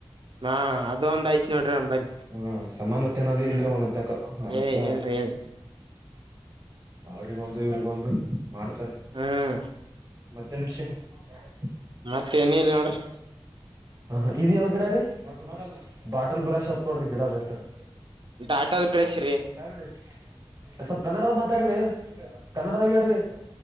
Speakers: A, on the right (about 65°); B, on the right (about 45°).
A: ಹಾ ಅದು ಒಂದ್ ಐತ್ ನೋಡ್ರಿ ನಂಬಲ್ಲಿ
B: ಹ್ಮ ಸಮಾನತೆ ಅಂದ್ರೆ
A: ಹ್ಮ್
B: ಇಲ್ರಿ ಅವನ ತಕ್ಕ ಮನುಷ್ಯ
A: ಏ ಇಲ್ರಿ ಇಲ್
B: ಅವರಿಗೆಗಂದು ಇವ್ರಗೊಂದು ಮಾಡ್ತಾರ
A: ಹ್ಮ್
B: ಮಧ್ಯಾಹ್ನಷ ಹ
A: ಮತ್ತೆ ಏನಲ್ ನೋಡ್ರಿ
B: ಹ ಇ್ ಯಾವ್ ಗಿಡ ರೀ ಬ ಬಾಟಲ್ ಬ್ರಷ್ ಹತ್ ತೊಡ್ರಿ ಗಿಡದ ಸರ್
A: ಡಾಟಲ್ ಬ್ರಷ್ ರೀ
B: ್ಯಡ ಸ್ವಲ್ ಕನ್ನಡದ ಮಾತಾಡ <unintelligible> ಕನ್ನಡದಾಗ ಹೇಳ್ರಿ